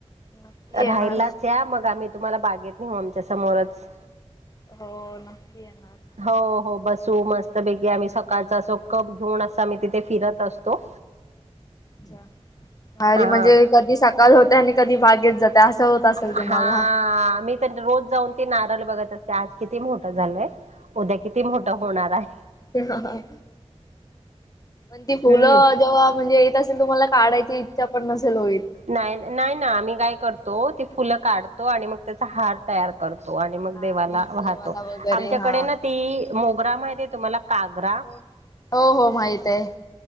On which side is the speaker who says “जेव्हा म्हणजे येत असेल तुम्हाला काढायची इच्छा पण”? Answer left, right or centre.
Left